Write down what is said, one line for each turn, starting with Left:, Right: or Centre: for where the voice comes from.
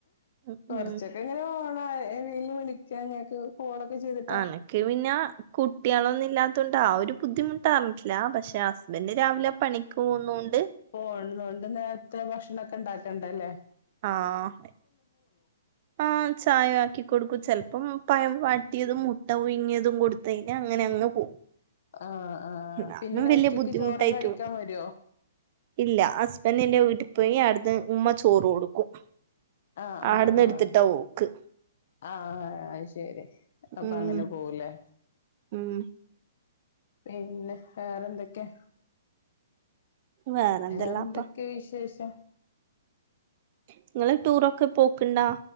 Right: ഉം
Left: കൊറച്ച്
Right: ഉം.
Left: എങ്ങനെ ഓണയി എന്നെനീ വിളിക്കാഞ്ഞെ ഒക്കു ഫോണൊക്കെ ചെയ്ത്
Right: അനക്ക് പിന്ന കുട്ടികളൊന്നും ഇല്ലാത്തോണ്ട് ആ ഒരു ബുദ്ധിമുട്ട് അറിഞ്ഞിട്ടില്ല പക്ഷെ ഹസ്ബൻഡ് രാവിലെ പണിക്ക് പോന്നുണ്ട്
Left: പോൺന്നകൊണ്ട് നേരത്തെ ഭക്ഷണം ഒക്കെ ഇണ്ടാക്കണ്ട അല്ലേ
Right: ആഹ് ആഹ് ചായ ആക്കി കൊടുക്കും ചെലപ്പം പഴം വാട്ടിയതും മുട്ട പുഴുങ്ങിയതും കൊടുത്ത്‌ കഴിഞ്ഞ അങ്ങനെ അങ്ങ് പോകും
Left: ആഹ് ആഹ്
Right: അതൊന്നും
Left: പിന്നെ
Right: വലിയ
Left: ഉച്ചക്ക്
Right: ബുദ്ധിമുട്ടായിട്ട്
Left: ചോറൊക്കെ കഴിക്കാൻ വരോ
Right: ഇല്ല ഹസ്ബൻഡിന്റെ വീട്ടി പോയി അവിടുത്തെ ഉമ്മ ചോറ് കൊടുക്കും
Left: ആഹ്
Right: അവിടുന്ന്
Left: ആഹ് ആഹ്
Right: എടുത്തിട്ടാ പോക്ക്
Left: ആഹ് ആയ് ശെരി അപ്പൊ
Right: ഉം
Left: അങ്ങനെ പോവും ല്ലേ
Right: ഉം
Left: പിന്നെ വേറെന്തൊക്കെയാ
Right: വേറെന്തല്ലാപ്പാ
Left: വേറെന്തൊക്കെയാ വിശേഷം
Right: നിങ്ങള് ടൂറൊക്കെ പോക്ക്ണ്ട